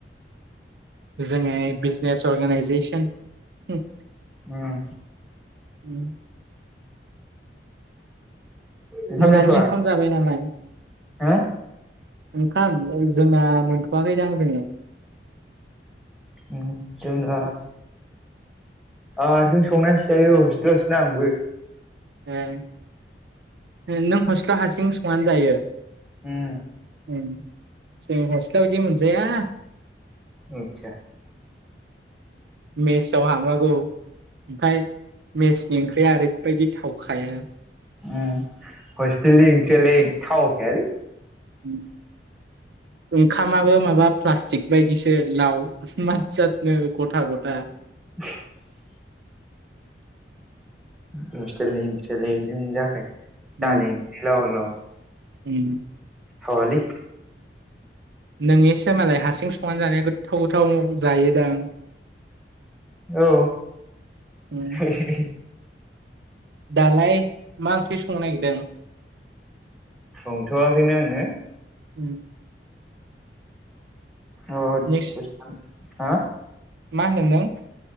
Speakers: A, on the right; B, in the centre.
A: जोङो बिजनेस अर्गानाइजेसन <unintelligible>
B: ओम
A: <unintelligible>
B: ओंखाम
A: मोनानि
B: जाथ'वा
A: ओंखाम जाबाय नामा
B: हो
A: ओंखाम ओं जोंना मोनथआखैदां दोनै
B: ओम जोंना ओ जों संनानैसो जायो <unintelligible> नो आंबो
A: <unintelligible> ओ नों हस्टेलाव हारसिं संनानै जायो
B: उम
A: उम जों हस्टेलाव इदि मो जाया
B: आदसा
A: <unintelligible>
B: उम हस्टेलनि ओंख्रियालाय थावखायालै।
A: उम ओंखामाबो माबा प्लास्टिक बायदिसो लाव मा जाद जाद गथा गथा
B: <unintelligible> हस्टेलनि ओंख्रियालाय बिदिनो जाखायो।
A: उम
B: दालि ओंख्रि लाव लाव
A: उम
B: थावालै
A: नोंनिसो मालाय हासिं संनानै जानाया गोथाव गोथाव जायोदां
B: औ
A: उम
B: हे हे हे
A: दालाय मा ओंख्रि संनो नागिरदों?
B: संथवाखैनो आङो।
A: उम
B: अ
A: नोंसि
B: <unintelligible> हा
A: मा होनदों नों?